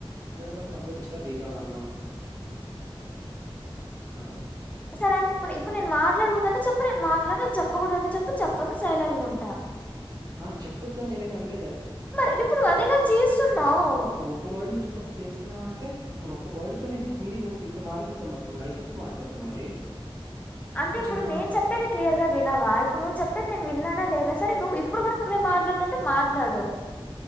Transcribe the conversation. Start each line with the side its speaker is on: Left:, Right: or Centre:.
Right: బట్టి మద్యలో డిస్టర్బ్ చేసావు నన్ను <inaudible>
Left: సరే అంటే ఇప్పుడు ఇప్పుడు నేన్ మాట్లాడకూడదంటె చెప్పు నేను మాట్లాడ్ను నేన్ చెప్పకూడదంటె చెప్పు చెప్పను సైలెంట్గుటా
Right: ఆ చెప్పద్దన్ నేనేం అనలేద్
Left: మరి ఇప్పుడు అదేగా చేస్తున్నావు
Right: ఒక్క వర్డ్ నుంచి చేస్తున్నావంటే మరి ఒక్క వర్డ్ తోనే ఇంత మీనింగ్ ఉంటది ఇంత మారిపోతది మొత్తం లైఫ్ అంతా మారిపోతది మరి
Left: అంటే
Right: ఒక
Left: ఇప్పుడు
Right: చిన్న
Left: నేను చెప్పేది క్లియర్గా వినవా ఇప్పుడు నువ్వు చెప్పేది నేను విన్నానా లేదా సరే నువ్వు ఇప్పుడు గుడ మాట్లాతంటే మాట్లాడు